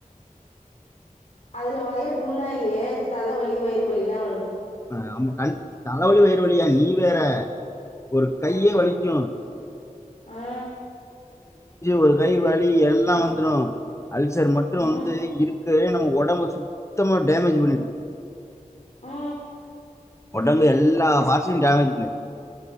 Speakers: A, on the left; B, on the left.
A: அதுல வயிறு புண்ணாயி அதுக்கு தலவலி வயிறு வலில்லா வருது
B: ஆ ஆமா கண் தலவலி வயிறுவலியா நீ வேற ஒரு கையே
A: ஆ
B: வலிக்கு
A: ஆ
B: ஒரு கை வலி எல்லா வந்துரு அல்சர் மட்டு
A: ஆ
B: வந்து இருக்கவே நம்ம ஒடம்ப சுத்தமா டேமேஜ் பண்ணிரு
A: ம்
B: ஒடம்பு எல்லா பாட்ஸயு டேமேஜ் பன்னிரு